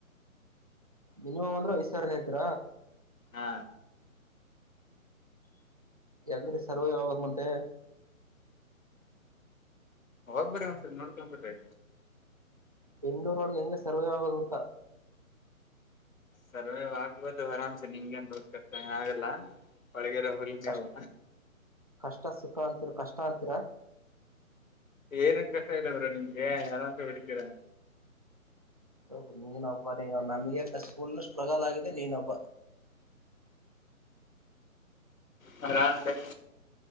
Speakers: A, on the right (about 25°); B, on the left (about 70°).
A: ಮಿನಿಮ್ ಅಂದ್ರೆ ಐ್ ಸಾವರ ನಂತ್ರ
B: ಹಾ
A: ಹೆಂಗ್ರೀ ಸರ್ವೇ ಆಗೋದ ಮತ್ತೆ
B: ಹೋಗ್ ಬಾರಿ ಒಂದ್ಸರಿ ನೋಡ್ಕೊಂಡ್ ಬರ್ರಿ
A: ಬೆಂಗಳೂರೊಳಗೆ ಹೆಂಗೆ ಸರ್ವೆ ಆಗೋದು ಅಂತ.
B: ಸರ್ವೇವ್ ಆಗಬೋದು ಆರಾಮ್ಸ ನಿಮ್ಗೆ ಎನ್ ಕಷ್ಟ ಏನ ಆಗಲ್ಲ. ಪಳಗರೆ ಹುಲಿ ನೀವು.
A: ಕಷ್ಟ ಕಷ್ಟ ಸುಖ ಅಂತೀರ ಕಷ್ಟ ಅಂತಿರಾ.
B: ಏನಕೆ ಕಷ್ಟ ಇಲ್ಲ ಬರರು ನಿಮ್ಗೆ ಆರಾಮ್ಸ ಹೊಡಿತೀರಾ
A: ಹ ನೀನೊಬ್ಬ ನೀನು ನನಗಿಂತ ಪುಲ್ ಸ್ಟ್ರಗಲ್ ಆಗಿದೆ ನೀನೊಬ್ಬ.
B: ಮರ ಮಾರ್ಕೆ